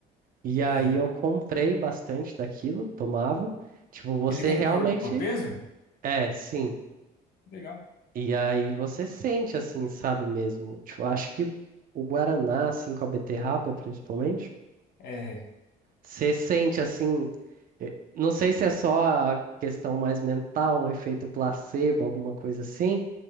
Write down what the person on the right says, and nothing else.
E aí
eu comprei bastante daquilo, tomava. Tipo, você
realmente.
É, sim.
E aí você sente, assim, sabe mesmo? Tipo, acho que o Guaraná, assim, com a beterraba, principalmente,
você sente, assim. eh, Não sei se é só a questão mais mental, um efeito placebo, alguma coisa assim.